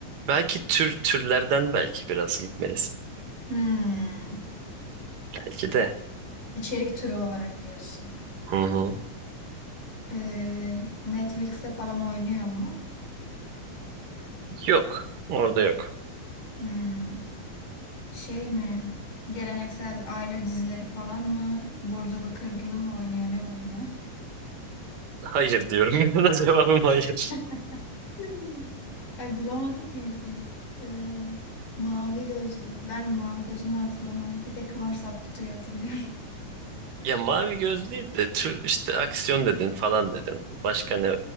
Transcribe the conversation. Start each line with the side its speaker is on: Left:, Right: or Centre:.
Right: Belki tür türlerden belki biraz gitmelisin.
Left: Hmm.
Right: Belki de.
Left: İçerik türü olarak diyorsun.
Right: Hı hı.
Left: Ee, Netflix'te falan oynuyor mu?
Right: Yok. Orada yok.
Left: Hmm. Şey mi? Geleneksel aile dizileri falan mı? Vurdulu kırdılı mı oynuyor? Ne oynuyor?
Right: Hayır diyorum. <laughs> Buna cevabım hayır.
Left: <laughs> Hmm. Ay bulamadım ki bir şey. Ee, mavi gözlük. Ben mavi gözünden hatırlamam. Bir de Kıvanç Tatlıtuğ'u hatırlıyorum.
Right: Ya mavi göz değil de tür işte aksiyon dedin falan dedin. Başka ne